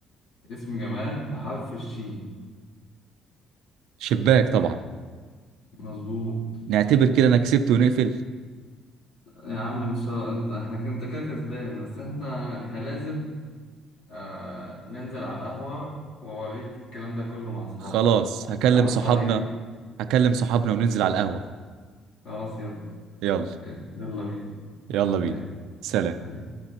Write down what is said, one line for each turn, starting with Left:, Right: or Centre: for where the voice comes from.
Left: اسم جماد بحرف الشين
Right: شباك طبعا
Left: مظبوط
Right: نعتبر كده أنا كسبت ونقفل
Left: يا عم ان شاء الله انت احنا كده- انت كده كسبان بس احنا احنا لازم آه ننزل على القهوة واوريك الكلام ده كله مع اصحابي
Right: خلاص هكلم
Left: احط
Right: صحابنا
Left: عليك انت
Right: هكلم صحابنا وننزل على القهوة
Left: خلاص يلا
Right: يلا
Left: يلا بينا
Right: يلا
Left: سلام
Right: بينا سلام
Left: سلام.